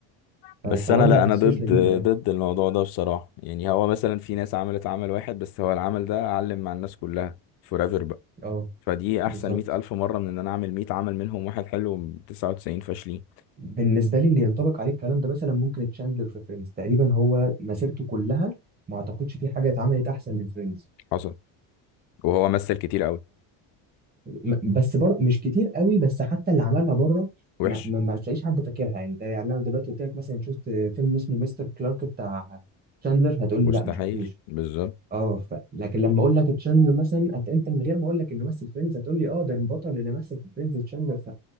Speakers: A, on the left; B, on the right.
A: بس
B: فالحوار
A: انا
B: ما
A: لا
B: بحسوش
A: انا ضد
B: لذيذ اه
A: ضد الموضوع ده بصراحه يعني هو مثلا في ناس عملت عمل واحد بس هو العمل ده علم مع الناس كلها فورايفر بقى
B: اه
A: فدي
B: بالظبط
A: احسن مئة الف مره من ان انا اعمل 100 عمل منهم واحد حلو 99 فاشلين
B: بالنسبة لي اللي ينطبق عليه الكلام ده مثلا ممكن تشاندلر في فريندز تقريبا هو مسيرته كلها ما أعتقدش في حاجة اتعملت أحسن من فريندز
A: حصل وهو مثل كتير قوي
B: م- بس بر... مش كتير قوي بس حتى اللي عملها بره
A: وحش
B: ما, ما, ما تلاقيش حد فاكرها يعني انت يعني انا دلوقتي قلت لك مثلا شفت فيلم اسمه مستر كلارك بتاع تشاندلر هتقول
A: مستحيل
B: لي لا ما شفتوش
A: بالظبط
B: اه ف... لكن لما اقول لك تشاندلر مثلا أت... انت من غير ما اقول لك انه مثل فريندز هتقول لي اه ده البطل اللي مثل في فريندز تشاندلر ف...